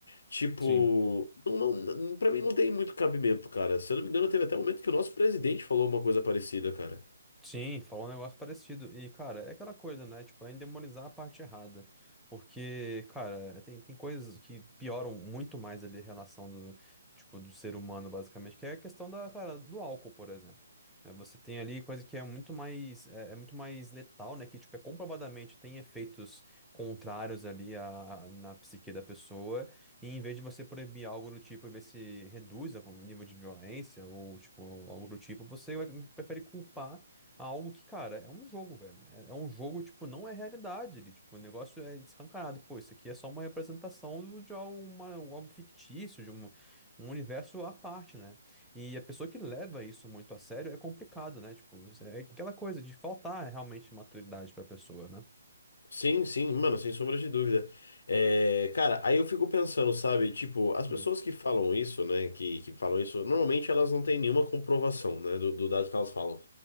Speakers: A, on the left; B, in the centre.
A: Tipo,
B: sim.
A: não, não, não- pra mim não tem muito cabimento, cara. Se eu não me engano, teve até um momento que o nosso presidente falou uma coisa parecida, cara.
B: Sim, falou um negócio parecido. E, cara, é aquela coisa, né? Tipo, é endemonizar a parte errada. Porque, cara, tem, tem coisas que pioram muito mais ali a relação do, tipo, do ser humano, basicamente, que é a questão da, cara, do álcool, por exemplo. né? Você tem ali coisa que é muito mais, é, é muito mais letal, né? Que, tipo, é comprovadamente tem efeitos contrários ali à, na psique da pessoa. E em vez de você proibir algo do tipo e ver se reduz o nível de violência ou, tipo, algo do tipo, você vai- prefere culpar Algo que, cara, é um jogo, velho. É é um jogo, tipo, não é realidade. Ele, tipo, o negócio é escancarado. Pô, isso aqui é só uma representação do- de alguma, algo fictício, de um, um universo à parte, né? E a pessoa que leva isso muito a sério é complicado, né? Tipo, é aquela coisa de faltar realmente maturidade pra pessoa, né?
A: Sim, sim, mano, sem sombra de dúvida. É, cara, aí eu fico pensando, sabe? Tipo, as pessoas
B: Hum,
A: que falam isso, né? Que, que falam isso, normalmente elas não têm nenhuma comprovação, né? Do, do dado que elas falam.